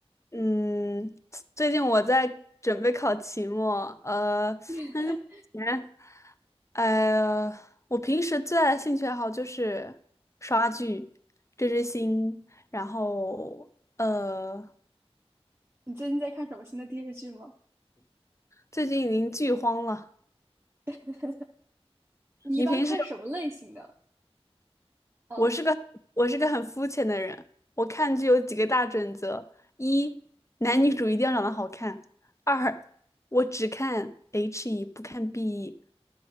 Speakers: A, on the left; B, on the right.
A: 嗯，最近我在准备考期末，呃，
B: <laughs>
A: 前呃，我平时最大的兴趣爱好就是刷剧、追追星，然后呃，
B: 你最近在看什么新的电视剧吗？
A: 最近已经剧荒了。
B: <laughs> 你一般看什么类型的？
A: 你平时
B: <laughs> 啊
A: 我是个我是个很肤浅的人，我看剧有几个大准则：一，男女主一定要长得好看；二，我只看 HE 不看 BE；